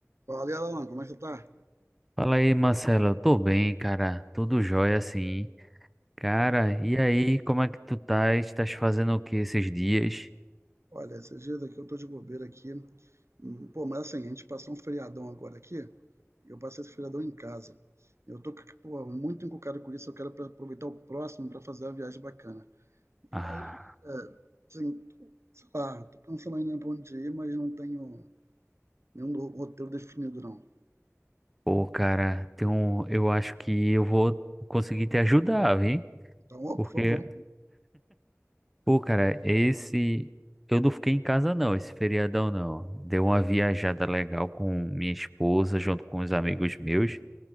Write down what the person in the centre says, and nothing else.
Fala aí, Marcelo. Eu Tô bem, cara. Tudo jóia, sim. Cara, e aí, como é que tu tá? Estás fazendo o que esses dias?
Ah,
pô, cara, tem um, eu acho que eu vou conseguir te ajudar, viu?
Porque,
pô, cara, esse. Eu não fiquei em casa, não, esse feriadão, não. Deu uma viajada legal com minha esposa, junto com os amigos meus.